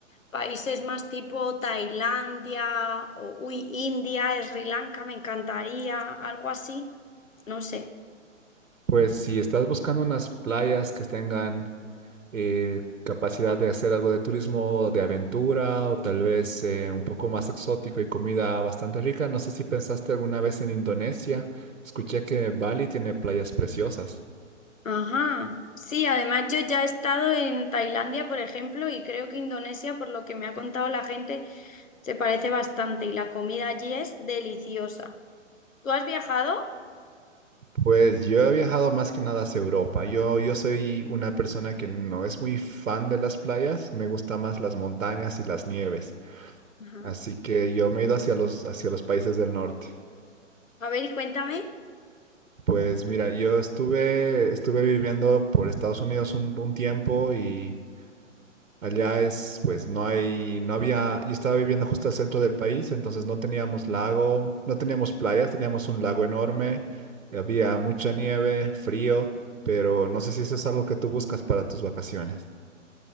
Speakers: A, on the left; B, on the right.
A: Países más tipo Tailandia o uy, India, Sri Lanka, me encantaría, algo así, no sé.
B: Pues si estás buscando unas playas que tengan eh, capacidad de hacer algo de turismo de aventura o tal vez eh, un poco más exótico y comida bastante rica, no sé si pensaste alguna vez en Indonesia. Escuché que Bali tiene playas preciosas.
A: Ajá. Sí, además yo ya he estado en Tailandia, por ejemplo, y creo que Indonesia, por lo que me ha contado la gente, se parece bastante y la comida allí es deliciosa. ¿Tú has viajado?
B: Pues yo he viajado más que nada hacia Europa. Yo, yo soy una persona que no es muy fan de las playas, me gustan más las montañas y las nieves.
A: Ajá.
B: Así que yo me he ido hacia los, hacia los países del norte.
A: A ver, y cuéntame.
B: Pues mira, yo estuve, estuve viviendo por Estados Unidos un, un tiempo y Allá es, pues no hay, no había, yo estaba viviendo justo al centro del país, entonces no teníamos lago, no teníamos playas, teníamos un lago enorme, había mucha nieve, frío, pero no sé si eso es algo que tú buscas para tus vacaciones.